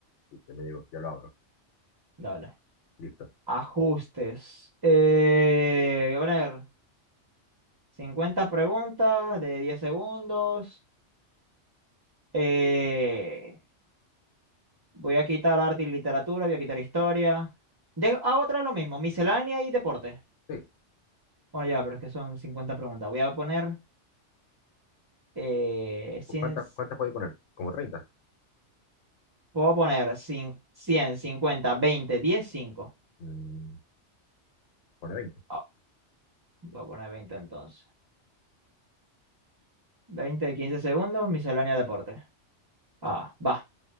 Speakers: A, on the left (about 75°); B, on the right (about 30°).
A: Listo, me llegó, ya lo abro.
B: Dale.
A: Listo.
B: Ajustes. Eh, voy a poner 50 preguntas de 10 segundos. Eh, voy a quitar arte y literatura, voy a quitar historia. De- hago otra vez lo mismo, miscelánea y deporte.
A: Sí.
B: Oh, ya, pero es que son 50 preguntas. Voy a poner eh, 100,
A: Pues, ¿Cuántas, cuántas puedo poner? ¿Como treinta
B: puedo poner 100, 100, 50, 20, 10, 5.
A: Mm, pone veinte
B: Ah, voy a poner 20 entonces. 20 de 15 segundos, miscelánea deporte. Ah, va.